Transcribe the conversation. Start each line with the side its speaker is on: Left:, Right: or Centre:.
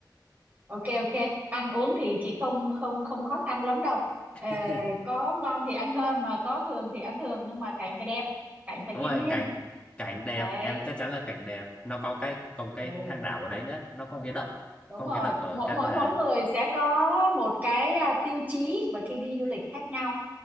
Right: ok ok ăn uống thì chị không không không khó khăn lắm đâu ờ,
Left: <laughs>
Right: có ngon thì ăn ngon mà có thường thì ăn thường nhưng mà cảnh phải đẹp cảnh phải
Left: đúng
Right: thiên
Left: rồi
Right: nhiên
Left: cảnh cảnh đẹp
Right: đấy
Left: em chắc chắn là cảnh đẹp nó có cái có một cái
Right: ừ
Left: hang đảo ở đấy nữa nó có một cái động
Right: Đúng
Left: có một
Right: rồi,
Left: cái động ở
Right: mỗi
Left: Cát
Right: mỗi
Left: Bà
Right: mỗi
Left: đấy
Right: người sẽ có một cái à, tiêu chí và khi đi du lịch khác nhau.